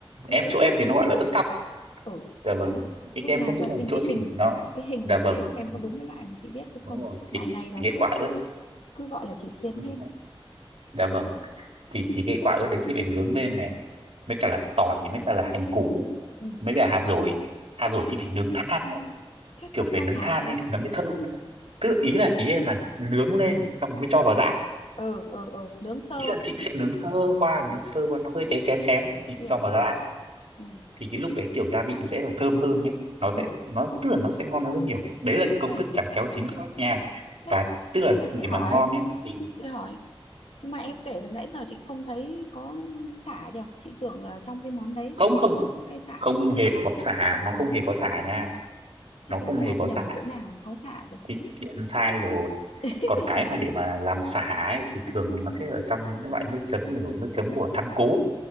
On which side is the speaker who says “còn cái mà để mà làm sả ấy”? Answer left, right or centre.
Right